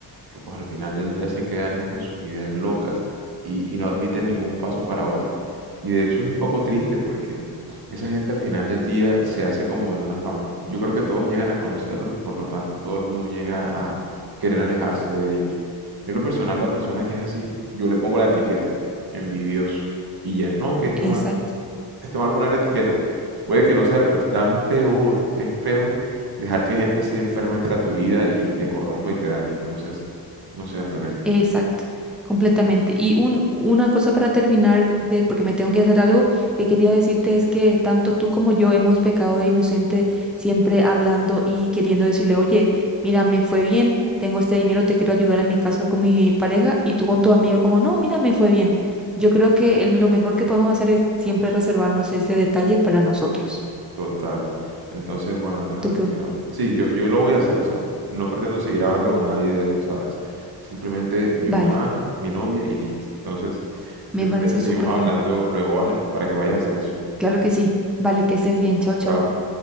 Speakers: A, on the right; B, in the centre.
A: que pues al final del día se quedan es con sus ideas locas y, y no admiten ningún paso para otra. Y de hecho es un poco triste porque esa gente al final del día se hace como de una fama. Yo creo que todos llegan a conocerlos y por lo tanto todo el mundo llega a querer alejarse de ellos. Yo en lo personal, la persona que es así, yo le pongo la etiqueta, envidioso, y ya. No, que está
B: exacto.
A: mal, está mal poner etiquetas. Puede que lo sea, pero es tan peor, es peor dejar que gente así enferma entre a tu vida y, y te corrompa y te dañe. Entonces, no sé, Antonella,
B: Exacto, completamente. Y un, una cosa para terminar, de, porque me tengo que hacer algo, que quería decirte es que tanto tú como yo hemos pecado de inocente siempre hablando y queriendo decirle, oye, mira, me fue bien, tengo este dinero, te quiero ayudar en mi caso con mi pareja y tú con tu amigo como, no, mira, me fue bien. Yo creo que el- lo mejor que podemos hacer es siempre reservarnos ese detalle para nosotros.
A: total. Entonces, bueno, Antonella,
B: ¿Tú qué
A: yo,
B: opinas?
A: sí, yo, yo lo voy a hacer, o sea, no pretendo seguir hablando con nadie de esto, ¿sabes? Simplemente mi
B: Vale,
A: mamá, mi novia y listo. Entonces,
B: me
A: si te parece,
B: parece
A: seguimos
B: súper
A: hablando
B: bien.
A: luego, ¿vale? Para que vayas a hacer eso.
B: Claro que sí. Vale, que estés bien. Chao, chao.
A: Chao.